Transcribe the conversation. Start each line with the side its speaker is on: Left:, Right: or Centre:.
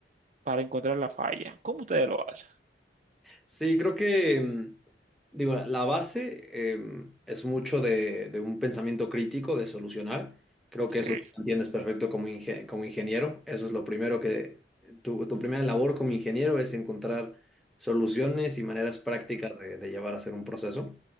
Right: para encontrar la falla. ¿Cómo ustedes lo hacen?
Centre: Sí, creo que, mm, digo, la la base em, es mucho de, de un pensamiento crítico, de solucionar. Creo que
Right: Sí,
Centre: eso tú lo entiendes perfecto como, inge- como ingeniero. Eso es lo primero que, tu, tu primera labor como ingeniero es encontrar soluciones y maneras prácticas de, de llevar a hacer un proceso.